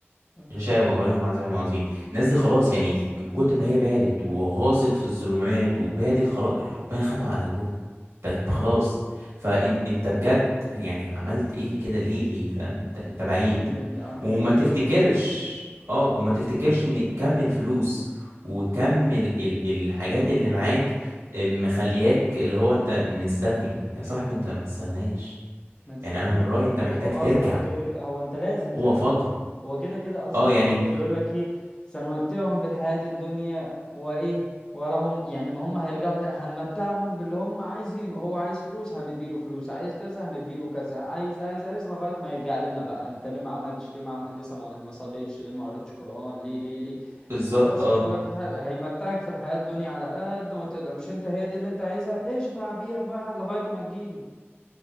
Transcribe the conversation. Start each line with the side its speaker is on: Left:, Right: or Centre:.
Left: ما فيش
Right: غشاوة
Left: شيء.
Right: ولهم عذاب عظيم الناس دي خلاص يعني من كتر ما هي بعدت وغاصت في الظلمات وبعدت خلاص يعني ربنا ختم على قلبهم انت انت خلاص فانت بجد يعني عملت ايه كده ليه ليه فاهم انت انت بعيد
Left: ايه اللي انت اه انت
Right: وما
Left: بعيد
Right: تفتكرش
Left: جدا
Right: اه وما تفتكرش ان كم الفلوس وكم ال ال الحاجات اللي معاك مخلياك اللي هو انت مستغني يا صاحبي انت ما تستغناش
Left: ما تستغناش
Right: يعني انا من رأيي انت محتاج
Left: هو اصلا
Right: ترجع
Left: كده كده هو انت لازم ترجع
Right: هو فضل
Left: هو كده كده اصلا
Right: اه يعني
Left: ده هو بيقول لك ايه سنمتعهم بالحياة الدنيا وايه ولا هم يعني ان هم هيرجعوا تاني هنمتعهم باللي هم عايزينه هو عايز فلوس هنديله فلوس عايز كذا هنديله كذا عايز عايز عايز لغاية ما يرجع لنا بقى انت ليه ما عملتش ليه ما عمل لسه ما ما صليتش ليه ما قريتش قرآن ليه ليه ليه
Right: بالظبط
Left: وبس
Right: اه
Left: في كل فتحة هيمتعك في الحياة الدنيا على قد ما تقدر مش انت هي دي اللي انت عايزها اشبع بيها بقى لغاية ما تجيلي